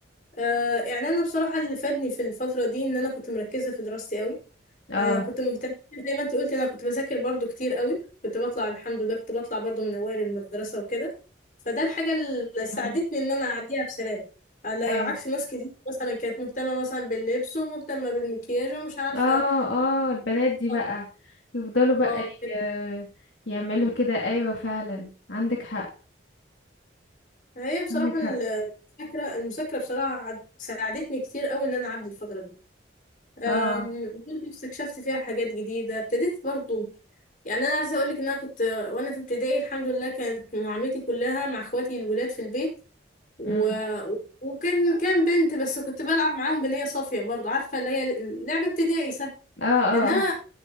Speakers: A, on the left (about 45°); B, on the left (about 75°).
A: آه يعني أنا بصراحة اللي فادني في الفترة دي إن أنا كنت مركزة في دراستي أوي
B: اه
A: آه كنت مهتمة زي ما انت قلت انا كنت بذاكر برضو كتير قوي كنت بطلع الحمد لله كنت بطلع برضو من اوائل المدرسة وكده فده الحاجة اللي ساعدتني
B: امم
A: ان انا اعديها بسلام على عكس
B: اي
A: ناس كتير مثلا كانت مهتمة مثلا باللبس ومهتمة بالمكياج ومش عارفة
B: اه اه البنات دي
A: اه
B: بقى يفضلوا بقى
A: اه
B: ي- يعملوا كده ايوه فعلا عندك حق
A: هي بصراحة
B: عندك حق
A: المذاكرة المذاكرة بصراحة عد- ساعدتني كتير قوي ان انا اعدي الفترة دي أم،
B: اه
A: برضه استكشفت فيها حاجات جديدة ابتديت برضه يعني أنا عايزة أقولك إن أنا كنت وأنا في ابتدائي الحمد لله كانت معاملتي كلها مع إخواتي الولاد في البيت و...
B: امم
A: وكان كان بنت بس كنت بلعب معاهم بنية صافية برضه عارفة اللي هي لعبة ابتدائي سهل
B: اه اه
A: إنما